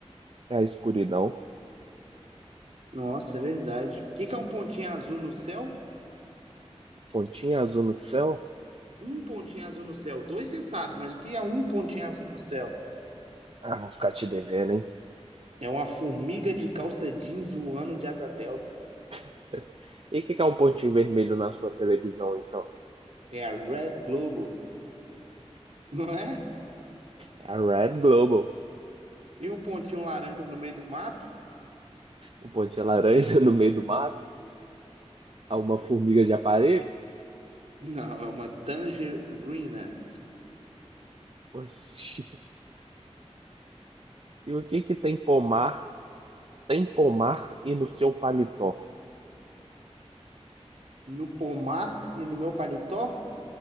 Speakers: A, on the right; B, on the right.
A: É a escuridão.
B: Nossa, é verdade. O que que é um pontinho azul no céu?
A: Pontinha azul no céu.
B: um pontinho azul no céu. Dois você sabe, mas o que é um pontinho azul no céu?
A: Ah, vou ficar te devendo, hein?
B: É uma formiga de calça jeans voando de asa delta.
A: <laughs> E o que que é um pontinho vermelho na sua televisão, então?
B: É a Red Global, <laughs> não é?
A: É a Red Global.
B: E um pontinho laranja no meio do mato?
A: Um pontinho laranja no meio do mato. É uma formiga de aparelho.
B: Não, é uma tangerina.
A: Oxi. E o que que tem pomar? Tem pomar e no seu paletó.
B: No pomar e no meu paletó?